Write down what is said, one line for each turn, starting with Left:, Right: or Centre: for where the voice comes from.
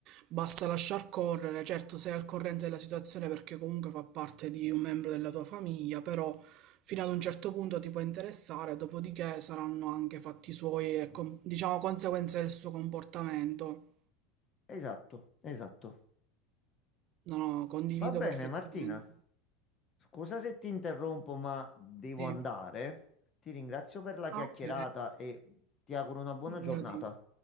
Right: Basta lasciar correre, certo sei al corrente della situazione perché comunque fa parte di un membro della tua famiglia, però fino ad un certo punto ti può interessare, dopodiché saranno anche fatti suoi e con- diciamo conseguenze del suo comportamento.
Left: Esatto, esatto.
Right: No, no, condivido
Left: Va bene,
Right: perfettamente.
Left: Martina. Scusa se ti interrompo, ma devo
Right: Sì.
Left: andare. Ti ringrazio per la chiacchierata
Right: Ah, ok,
Left: e ti auguro una buona
Right: figurati.
Left: giornata.